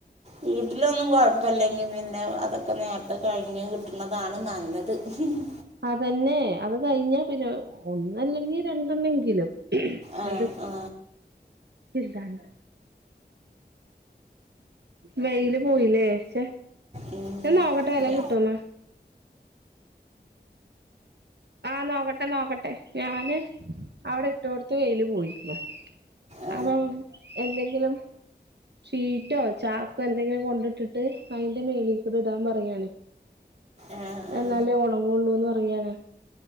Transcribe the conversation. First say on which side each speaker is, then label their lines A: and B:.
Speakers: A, on the right (about 40°); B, on the right (about 75°).
A: വീട്ടിലൊന്നും കുഴപ്പല്ലെങ്കി പിന്നെ അതൊക്കെ നേരത്തെ കഴിഞ്ഞ് കിട്ടണതാണ് നല്ലത്. ഹ് ഹ്
B: അതന്നെ അത് കഴിഞ്ഞാ പിന്നെ ഒന്നല്ലെങ്കി രണ്ടെണ്ണെങ്കിലും.
A: ആ
B: അത്
A: ആ
B: എന്താണ്. വെയില് പോയില്ലേ ക്ഷെ
A: ഉം.
B: നോക്കട്ടെ വല്ലോം
A: പിന്നെ
B: കിട്ടോന്ന്. ആഹ് നോക്കട്ടെ നോക്കട്ടെ ഞാന് അവിടെ ഇട്ടോട്ത്ത് വെയില് പോയിക്ക്ണു.
A: ആ
B: അപ്പം എന്തെങ്കിലും. ഷീറ്റോ ചാക്കോ എന്തെങ്കിലും കൊണ്ടിട്ടിട്ട് അയിന്റെ മേളിൽ കൂടെ ഇടാൻ പറയാണ്.
A: ആ ആ ആ
B: എന്നാലേ ഒണങ്ങുള്ളൂന്ന് പറയാണ്.